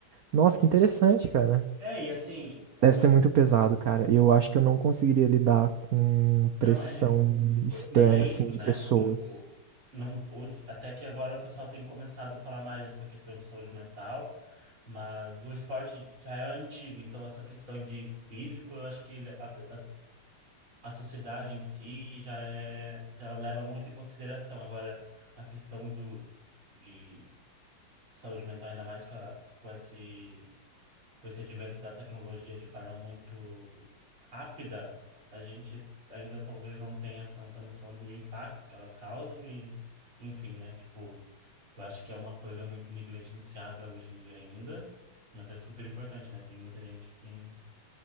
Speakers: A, on the right; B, on the right.
A: Nossa, que interessante, cara.
B: É, e assim, com
A: Deve ser
B: a-
A: muito pesado, cara. Eu acho que eu não conseguiria lidar com
B: então
A: pressão
B: é,
A: externa,
B: mas é isso,
A: assim, de
B: né?
A: pessoas.
B: Tipo, não hoje, até que agora o pessoal tem começado a falar mais dessa questão de saúde mental, mas o esporte já é antigo, então essa questão de físico, eu acho que ele- a, a, a sociedade em si já é já leva muito em consideração. Agora, a questão do de saúde mental, ainda mais com, a, com esse, com esse advento da tecnologia de forma muito rápida, a gente ainda talvez não tenha tanta noção do impacto que elas causam e, enfim, né? Tipo, eu acho que é uma coisa muito negligenciada hoje em dia ainda, mas é super importante, né? Tem muita gente que,